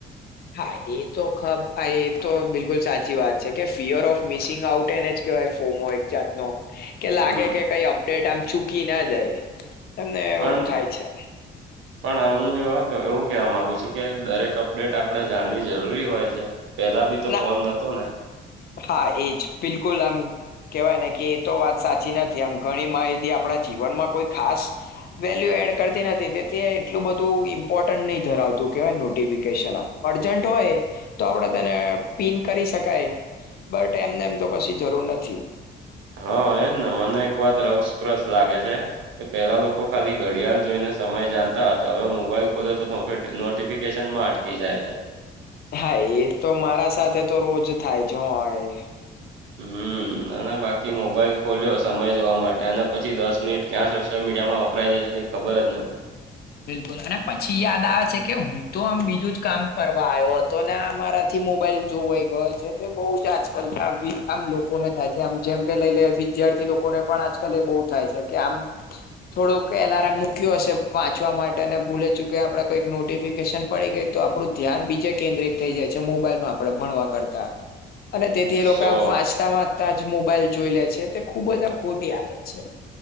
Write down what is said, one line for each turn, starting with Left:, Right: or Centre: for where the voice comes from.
Left: હા એ તો ખબ એ તો બિલકુલ સાચી વાત છે કે ફિયર ઓફ મિસિંગ આઉટ એને વાય ફોમો એક જાતનો. કે
Right: હમ
Left: લાગે કે કઈ અપડેટ આમ ચૂકી ના જાય તમને એવું
Right: પણ
Left: થાય છે.
Right: <inaudible> પણ હું એવા એવું કેવા માંગુ છું કે દરેક અપડેટ આપણે જાણવી જરૂરી હોય છે. પેલા ભી તો
Left: ના
Right: ફોન નતો ને.
Left: હા એજ બિલકુલ આમ. કેહેવાય ને કે એ તો વાત સાચી નથી આમ ઘણી માહિતી આપણા જીવનમાં કોઈ ખાસ. વેલ્યુ એડ કરતી નથી તેથી એટલું બધું ઇમ્પોર્ટન્ટ નહી ધરાવતું કેવાય નોટિફિકેશન. અર્જન્ટ હોય તો આપણે તેને પીન કરી શકાય. બટ એમને એમ તો કશી જરૂર નથી.
Right: હા એજ ને મને એક વાર રસપ્રસ લાગે છે. કે પેલા લોકો ખાલી ઘડિયાળ જોઈને સમય જાણતા હતા હવે મોબાઈલ ખોલે તો નોટિફિકેશન કી જાય છે
Left: હા એ તો મારા સાથે તો રોજ થાય જ હોય.
Right: હમ અને બાકી મોબાઈલ ખોલ્યો સમય જોવા માટે અને પછી દસ મિનિટ ક્યાં સોશિયલ મીડિયામાં થય છે કઈ ખબર જ નહી પડે.
Left: બિલકુલ અને પછી યાદ આવે છે કે હું તો આમ બીજું જ કામ કરવા આવ્યો હતો ને અમારા. થી મોબાઈલ જોવાઈ ગયો છે તે બહુ જ આજકાલ આમ લોકોને થાય છે આમ જેમ કે લઈ લે. વિદ્યાર્થી લોકોને પણ આજકાલ એ બહુ થાય છે કે આમ થોડુંક એલારમ મૂક્યું હશે ચવા માટે ભૂલે ચૂકી આપણે કોઈક નોટિફિકેશન પડી ગઈ તો આપણું ધ્યાન બીજે કેન્દ્રિત થઈ જાય છે મોબાઈલમાં આપડે ભણવા કરતા
Right: <unintelligible>
Left: અને તેથી એ લોકો
Right: સો
Left: વાંચતા વાચતા જ મોબાઈલ જોઈ લે છે તે ખુબ જ આમ ખોટી આદત છે